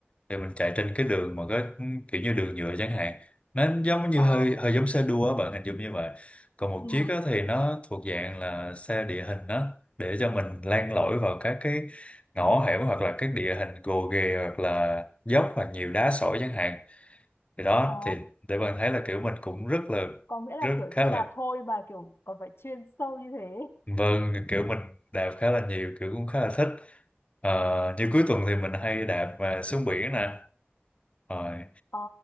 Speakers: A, on the left (about 30°); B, on the left (about 75°).
A: thì mình chạy trên cái đường mà có kiểu như đường nhựa chẳng hạn nó giống như
B: Ờ,
A: hơi hơi giống xe đua á bạn hình dung như vậy còn một
B: ừ,
A: chiếc á thì nó thuộc dạng là xe địa hình á để cho mình len lỏi vào các cái ngõ hẻm hoặc là các địa hình gồ ghề hoặc là dốc hoặc nhiều đá sỏi chẳng hạn thì đó
B: ờ,
A: thì để bạn thấy là kiểu mình cũng rất là
B: có nghĩa là
A: rất
B: kiểu
A: khá
B: xe
A: là
B: đạp thôi mà kiểu còn phải chuyên sâu như thế.
A: Vâng, kiểu mình đạp khá là nhiều, kiểu cũng khá là thích. Ờ, như cuối tuần thì mình hay đạp và xuống biển nè. Rồi,
B: Ờ,